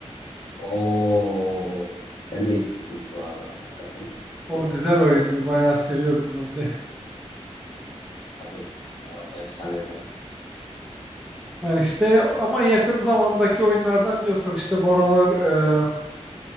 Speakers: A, on the left; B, in the centre.
A: Oo. Sen de eskisin bu arada. Hakikaten.
B: O güzel oyundu. Bayağı seviyordum ben de.
A: Tabii. Ya o da efsanelerden.
B: Yani işte ama yakın zamandaki oyunlardan diyorsan işte bu aralar e,